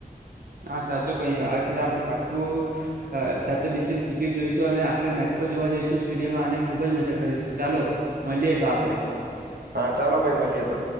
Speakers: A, on the right; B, on the right.
A: હા સાચો કહી અત્યારે આપડ પાકું સાથે બેસીને ક્રિકેટ જોઈશું અને આપણે મેચ પર જોવા જઈશું સ્ટેડિયમમાં અને ખુબ જ મજા કરીશું ચાલો મળીએ તો આપડણે
B: હા ચાલો ભાઈ મળીએ તો.